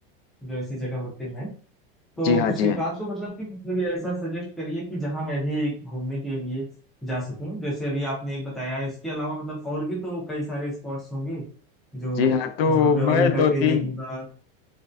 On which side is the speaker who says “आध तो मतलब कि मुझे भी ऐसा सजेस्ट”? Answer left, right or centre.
Centre